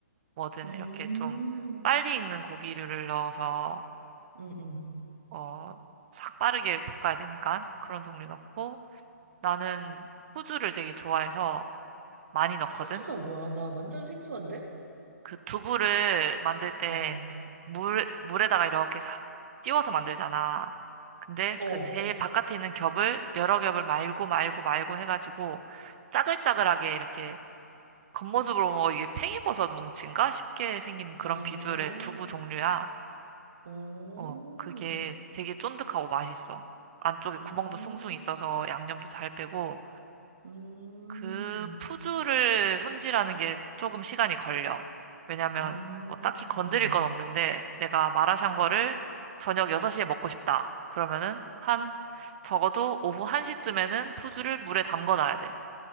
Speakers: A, on the right; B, on the right.
A: 뭐든
B: 음,
A: 이렇게 좀 빨리 익는 고기류를 넣어서
B: 응, 응.
A: 어싹 빠르게 볶아야 되니까 그런 종류 넣고 나는 후주를 되게 좋아해서 많이 넣거든.
B: 푸주가 뭐야? 나 완전 생소한데?
A: 그 두부를 만들 때
B: 어, 어.
A: 물, 물에다가 이렇게 싹 띄워서 만들잖아. 근데
B: 어.
A: 그 제일 바깥에 있는 겹을 여러 겹을 말고 말고 말고 해가지고 짜글짜글하게 이렇게 겉모습으로 어, 이게 팽이버섯 뭉친가 싶게 생긴 그런
B: 어,
A: 비주얼의 두부 종류야.
B: 오,
A: 어, 그게 되게 쫀득하고 맛있어. 안쪽에
B: 어,
A: 구멍도 숭숭 있어서 양념도 잘 빼고
B: 음.
A: 그 푸주를 손질하는 게 조금 시간이 걸려. 왜냐면
B: 음,
A: 뭐 딱히 건드릴
B: 음, 음.
A: 건 없는데 내가 마라샹궈를 저녁 6시에 먹고 싶다. 그러면은 한 적어도 오후 1시쯤에는 푸주를 물에 담궈 놔야 돼.